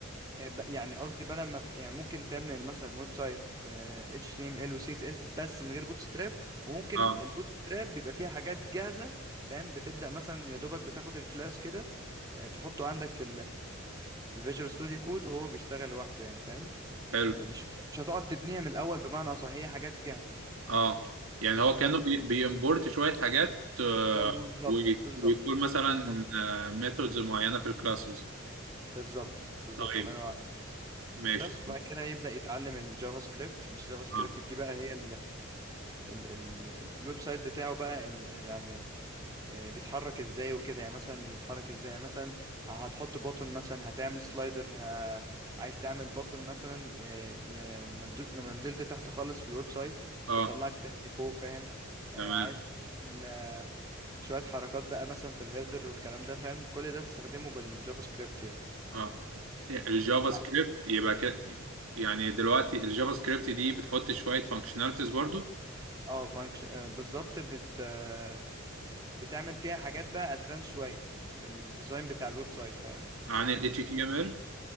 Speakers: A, on the right; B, on the right.
A: آه، ب- يعني قصدي بدل ما يعني ممكن تعمل مثلا ويب سايت آه، HTML و CSS بس من غير بوت ستراب وممكن
B: اه
A: البوت ستراب بيبقى فيها حاجات جاهزة فاهم بتبدأ مثلا يا دوبك بتاخد الكلاس كده آه، تحطه عندك في الفيجوال ستوديو كود وهو بيشتغل لوحده يعني فاهم
B: حلو
A: يعني مش مش هتقعد تبنيها من الأول بمعنى صح هي حاجات جاهزة
B: اه يعني هو كأنه
A: بس
B: بي... بيمبورت شوية حاجات آه،
A: بالظبط
B: وي-
A: بالظبط
B: ويقول مثلا
A: بالظبط
B: ميثودز معينة في الكلاسز
A: بالظبط بالظبط
B: طيب
A: الله ينور عليك
B: ماشي
A: بس بعد كده يبدأ يتعلم الجافا سكريبت الجافا سكريبت
B: اه
A: دي بقى هي ال ال الويب سايت بتاعه بقى ال ال- يعني آه، بيتحرك ازاي وكده يعني مثلا بيتحرك ازاي يعني مثلا هتحط بوتن مثلا هتعمل سلايدر ه... عايز تعمل بوتن مثلا ي... ي... لما تدو- لما نزلت تحت خالص في الويب سايت
B: اه
A: يطلعك تاني فوق فاهم آه،
B: تمام
A: عايز تعمل آه، شوية حركات بقى مثلا في الهيدر والكلام ده فاهم كل ده تستخدمه بالجافا سكريبت يعني
B: اه الجافا سكريبت
A: ع-
B: يبقى كده يعني دلوقتي الجافا سكريبت دي بتحط شوية فانكشناليتيز برضو
A: اه فانكشن بالظبط بت... آه، بتعمل فيها حاجات بقى ادفانس شوية في الديزاين بتاع الويب سايت فاهم
B: عن ال HTML